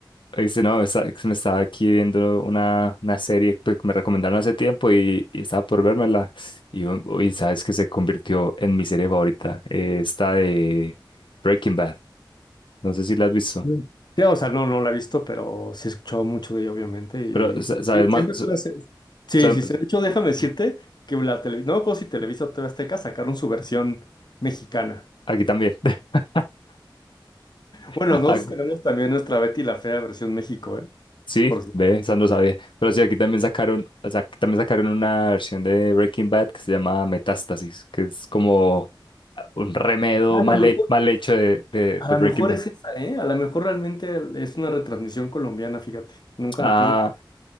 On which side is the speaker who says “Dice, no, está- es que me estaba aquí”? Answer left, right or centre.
Left